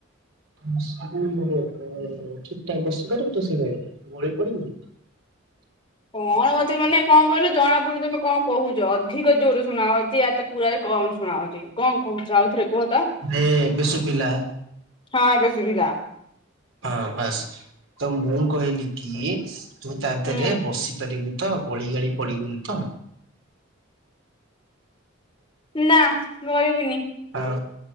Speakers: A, on the right; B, on the left.
A: ତୁମେ ସବୁଳେ ତୁମେ ଠିକ୍ ଠାକ୍ ବସିପାରିବୁ ତ ସେବାଲିରେ ଗୋଳେଇ ପାରିବୁକିନ୍ତୁ
B: କଣ ମତେ ମାନେ କଣ କହିଲ ଜଣା ପଡୁନି ତମେ କଣ କୋହୁଛ ଅଧିକ ଜୋରରେ ଶୁଣା ହୋଉଛି ୟାତ ପୁରା କମ ଶୁଣାହୋଉଚି କଣ କହୁଛ ଆଉଥରେ କୁହ ତ?
A: ଆରେ ଏବେ ଶୁଭିଲା
B: ହଁ ଏବେ ଶୁଭିଲା।
A: ହଁ ବାସ୍ ତ ମୁଁ କହିଲି କି ସି ତୁ ତା
B: ହୁଁ
A: ଦେହରେ ବସିପାରିବୁ। ତ ଗଳି ଗାଳି ପଡିବୁନି ତ?
B: ନା ଗଳିବିନି।
A: ହଁ